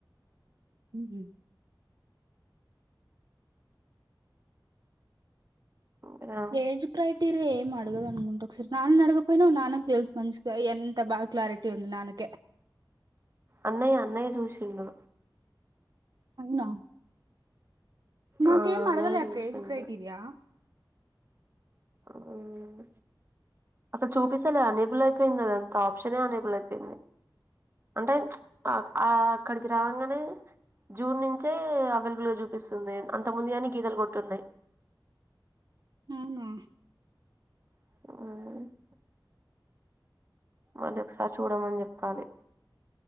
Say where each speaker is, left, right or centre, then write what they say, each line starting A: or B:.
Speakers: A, on the right; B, on the right.
A: ఉహు
B: ఇంకా
A: ఏజ్ ప్రైవ్ రే ఏం అడగదు అనుకుంట ఒకసారి నాన్న అడగపోయినావు నాన్నకు తెలుసు మంచిగా ఎంత బాగా క్లారిటీ ఉంది నాన్నకే
B: అన్నయ్య అన్నయ్య చూసిండు
A: అవునా నాకేం
B: ఆ అన్నయ్య
A: అడగలే అక్క
B: చూసిండు
A: ఏజ్ క్రైటీరియా
B: మ్మ్ అసలు చూపిస్తాలే అనేబుల్ అయిపోయింది అది అంత ఆప్షనే అనేబుల్ అయిపోయింది. అంటే అ అక్కడికి రాంగానే జూన్ నుంచే అవైలబుల్ గా చూపిస్తుంది అంత ముందు యన్ని గీతలు కొట్టిన్నాయి.
A: ఉహూ
B: ఆ మళ్ళీ ఒకసారి చూడమని చెప్పాలి